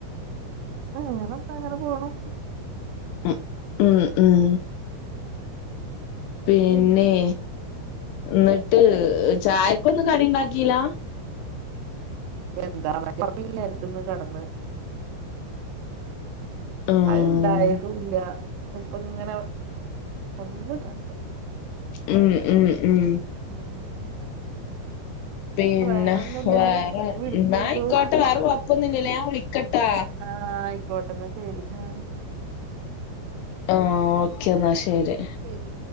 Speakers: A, on the right; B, on the left.
A: വേറെന്താ അങ്ങനെ പോണു.
B: ഉ ഉം ഉം പിന്നെ
A: ഉം
B: ന്നട്ട് ചായക്കൊന്നും കടി ഉണ്ടാക്കില്ല
A: <unintelligible> എന്താല്ലരത്തന്ന് കിടന്ന്
B: ആഹ്
A: അത്ണ്ടായതുല്ല ഇപ്പൊ ഇങ്ങനെ ഒന്നുതാ
B: ഉം ഉം ഉം
A: ഉം
B: പിന്നെ
A: വേറെന്നുല്ലല്ലോ
B: വേറൊ
A: ഇനി വിളിക്കോണ്ടു
B: ന്നായിക്കോട്ടെ വേറെ കൊയപ്പന്നുയില്ലലോ ഞാൻ വിളിക്കട്ടാ
A: ആഹ് ആയിക്കോട്ടന്നാ ശരി ഉ
B: ആഹ ഓക്കേ എന്നാ ശരി
A: ആ ശരി